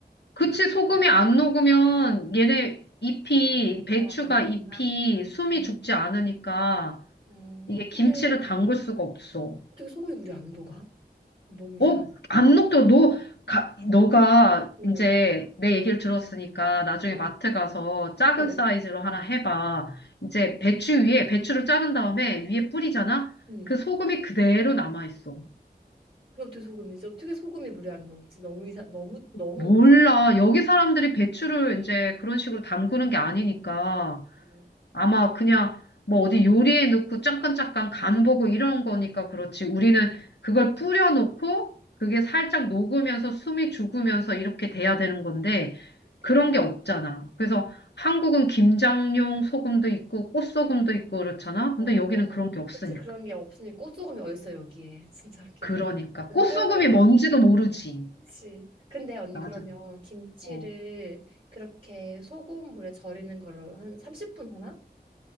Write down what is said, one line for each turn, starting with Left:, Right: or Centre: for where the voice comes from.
Left: 그치, 소금이 안 녹으면 얘네 잎이, 배추가
Right: 어, 안
Left: 잎이
Right: 된다.
Left: 숨이
Right: 어.
Left: 죽지 않으니까
Right: 음,
Left: 이게
Right: 근데
Left: 김치를 담글 수가 없어.
Right: 어떻게 소금이 물이 안 녹아? 너무 이상하다.
Left: 어, 안 녹더라. 너, 가, 너가
Right: 어,
Left: 이제 내 얘기를 들었으니까 나중에
Right: 어,
Left: 마트 가서 작은
Right: 어.
Left: 사이즈로 하나 해봐. 이제 배추 위에, 배추를 자른 다음에 위에 뿌리잖아?
Right: 음.
Left: 그 소금이 그대로 남아있어.
Right: 그게 어떻게 소금이지? 어떻게 소금이 물이 안 녹지? 너무 이상, 너무 너무
Left: 몰라.
Right: 웃기
Left: 여기 사람들이 배추를 이제 그런 식으로
Right: 게
Left: 담그는 게 아니니까.
Right: 고
Left: 아마 그냥 뭐 어디 요리에 넣고 잠깐잠깐 간 보고 이런 거니까 그렇지. 우리는 그걸 뿌려놓고 그게 살짝 녹으면서 숨이 죽으면서 이렇게 돼야 되는 건데
Right: 그게,
Left: 그런
Right: 어,
Left: 게 없잖아. 그래서 한국은 김장용 소금도 있고 꽃소금도 있고 그렇잖아.
Right: 어.
Left: 근데 여기는 그런 게 없으니까.
Right: 그치 그런 게 없으니 꽃소금이 어딨어 여기에. <laughs> 진짜 웃기다.
Left: 그러니까.
Right: 언니
Left: 꽃소금이
Right: 그러면은
Left: 뭔지도 모르지.
Right: 그치. 근데 언니
Left: 맞아.
Right: 그러면 김치를
Left: 어.
Right: 그렇게 소고물에 절이는 걸로 한 30분 하나?